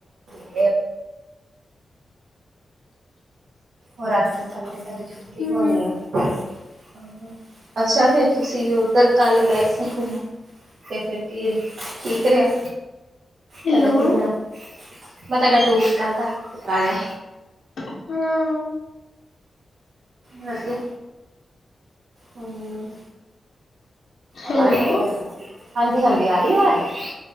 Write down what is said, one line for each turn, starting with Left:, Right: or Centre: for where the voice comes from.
Right: <unintelligible> ਹੋਰ ਅੱਜ ਤੇ ਤੁਆਨੂੰ ਦੇਖਿਆ ਤਾਡੀ ਛੁੱਟੀ
Left: ਹਮ
Right: ਹੋਣੀ ਐ, <unintelligible> ਅੱਛਾ ਫੇਰ ਤੁਸੀਂ ਓਧਰ ਕੱਲ ਗਏ ਸੀ ਕੁੰਮਣ। ਤੇ ਫੇਰ ਕੀ ਠੀਕ ਰੇਆ,
Left: ਹੈਲੋ
Right: ਤਾਡਾ ਕੁੰਮਣਾ। ਮੈਂ ਤਾਡਾ ਟੂਰਸ ਕੱਲ ਦਾ ਕਰਾ ਲਯਾ।
Left: ਹਾਂ।
Right: ਵਧੀਆ, ਹੂੰ।
Left: ਹੈਲੋ
Right: ਆ ਰਖੀ, ਹਾਂਜੀ-ਹਾਂਜੀ ਆ ਰੀ ਆਵਾਜ਼।